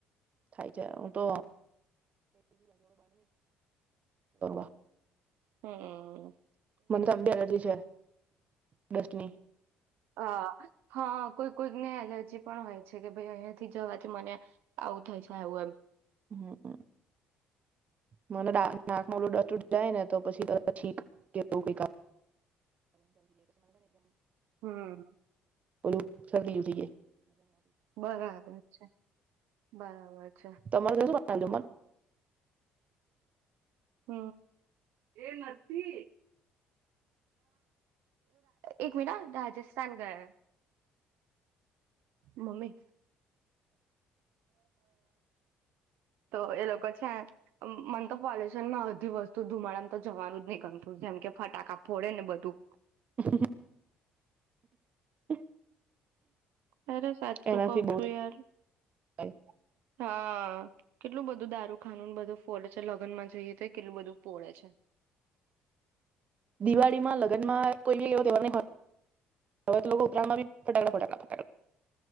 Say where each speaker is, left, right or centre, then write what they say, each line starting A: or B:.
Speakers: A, on the right (about 40°); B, on the right (about 80°).
A: થાય છે. હું તો <unintelligible>
B: હમ્મ.
A: મમતા બેનર્જી છે ડસ્ટની.
B: હ હા કોઈ કોઈને એલર્જી પણ હોય છે. કે, ભાઈ અહિયાયાથી જવાથી મને આવું. થાય છે. આવું એમ.
A: હમ હમ મ નાકમાં ઓલું જાય ને તો પછીીક કેવ ક
B: હમ
A: ઓું શ લ ઉઠીએ.
B: બરાબર છે બરાબર છે
A: તમારે કું અંધ પણર
B: હ એ એક મિ રાજસ્થાન ગયા મમ્મી તો એ લોકો છે મલે માં બધી વસ્તુ ધુમાડામાં તો જવાનું જ નહી ગમતું જેમ કે ફટાકા ફોડે ને બધું.
A: હ હ
B: તારે સાચું
A: એનાથી
B: કઉ
A: બહુ
B: છું યાર
A: થાય
B: હા કેટલું બધું દારૂખાનું બધું ફોડે છે લગ્ન માં જોઈએ તો કેટલું બધું ફોડે છે
A: દિવાળીમાં લગ્ન માં કોઈ બી તહેરવે, ઉપરાણ માં બી ફટાકડા ફટાકલા ફટક.